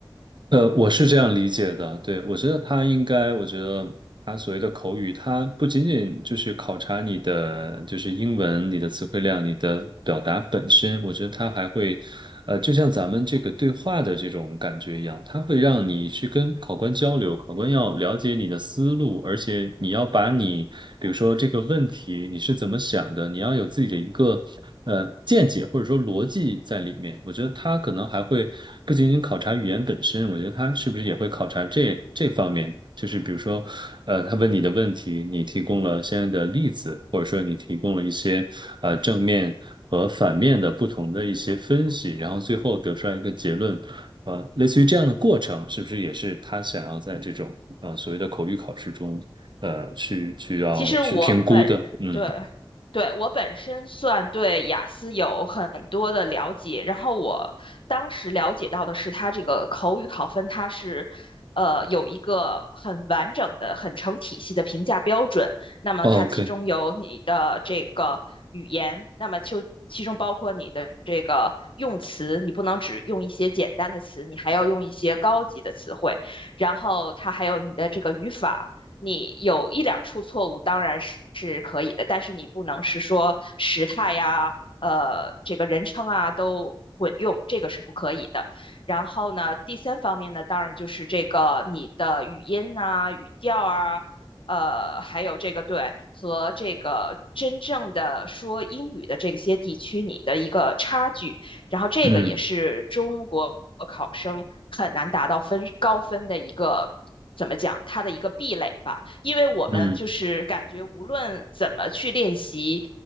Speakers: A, on the right; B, on the left.
A: 呃，我是这样理解的。对，我觉得他应该，我觉得他所谓的口语，他不仅仅就是考察你的就是英文、你的词汇量、你的表达本身，我觉得他还会，呃，就像咱们这个对话的这种感觉一样，他会让你去跟考官交流，考官要了解你的思路，而且你要把你，比如说这个问题。题，你是怎么想的？你要有自己的一个呃见解或者说逻辑在里面。我觉得他可能还会不仅仅考察语言本身，我觉得他是不是也会考察这这方面？就是比如说，呃，他问你的问题，你提供了相应的例子，或者说你提供了一些呃正面和反面的不同的一些分析，然后最后得出来一个结论。呃，类似于这样的过程，是不是也是他想要在这种呃所谓的口语考试中呃去去要去评估的。
B: 其实我本，
A: 嗯
B: 对，对，我本身算对雅思有很多的了解，然后我当时了解到的是，它这个口语考分它是，呃，有一个很完整的、很成体系的评价标准。那么它其中有你的这个语言，
A: o k
B: 那么就其中包括你的这个用词，你不能只用一些简单的词，你还要用一些高级的词汇，然后它还有你的这个语法。你有一两处错误当然是是可以的，但是你不能是说时态呀、呃这个人称啊都混用，这个是不可以的。然后呢，第三方面呢，当然就是这个你的语音啊、语调啊。呃，还有这个对和这个真正的说英语的这些地区，你的一个差距，然后这个也是中国考生很难达到分高分的一个。
A: 嗯
B: 怎么讲，它的一个壁垒吧，因为我们就是感觉无论怎么去练习，
A: 嗯，